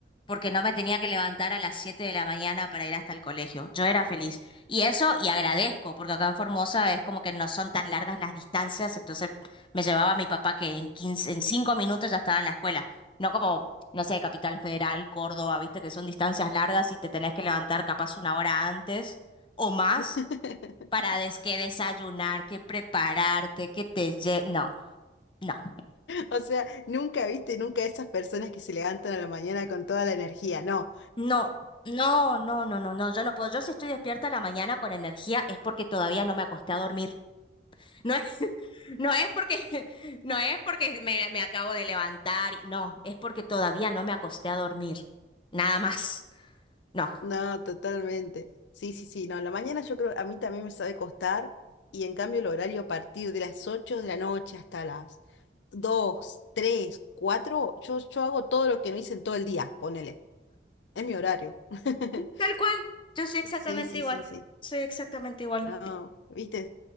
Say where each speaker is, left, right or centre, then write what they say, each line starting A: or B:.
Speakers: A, on the left; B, on the left.
A: porque no me tenía que levantar a las 7 de la mañana para ir hasta el colegio. Yo era feliz. Y eso, y agradezco, porque acá en Formosa es como que no son tan largas las distancias, entonces me llevaba a mi papá que en quince en 5 minutos ya estaba en la escuela. No como no sé, Capital Federal, Córdoba, viste que son distancias largas y te tenés que levantar capaz una hora antes o más
B: <laughs>
A: para des que desayunar, que prepararte, que te lle... No, no,
B: O sea, nunca viste, nunca esas personas que se levantan a la mañana con toda la energía. No,
A: no. No, no, no, no, no, yo no puedo. Yo si estoy despierta a la mañana con energía es porque todavía no me acosté a dormir. No es, <laughs> no es porque, <laughs> no es porque me, me acabo de levantar, y- no, es porque todavía no me acosté a dormir. Nada más. No.
B: no, totalmente. Sí, sí, sí. No, la mañana yo creo, a mí también me sabe costar. Y en cambio el horario a partir de las 8 de la noche hasta las 2 3 4 yo, yo hago todo lo que no hice en todo el día, ponele. Es mi horario. <laughs>
A: Tal cual, yo soy exactamente
B: Sí, sí,
A: igual,
B: sí, sí.
A: soy exactamente igual.
B: No, viste,